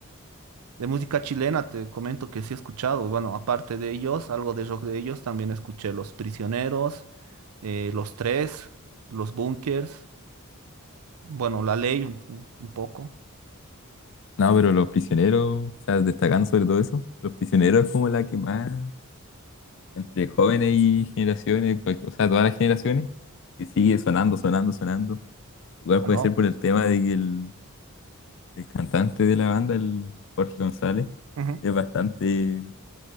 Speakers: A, on the right (about 85°); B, on the left (about 55°).
A: De música chilena te comento que sí he escuchado, bueno, aparte de ellos, algo de rock de ellos, también escuché Los Prisioneros, eh, Los Tres, Los Bunkers, bueno, La Ley un, un- un poco.
B: No, pero los prisioneros, o sea, destacando sobre todo eso, los prisioneros es como la que más entre jóvenes y generaciones, pues, o sea, todas las generaciones, que sigue sonando, sonando, sonando. Igual
A: Ah,
B: puede
A: no.
B: ser por el tema de que el, el cantante de la banda, el Jorge González,
A: ujú.
B: es bastante,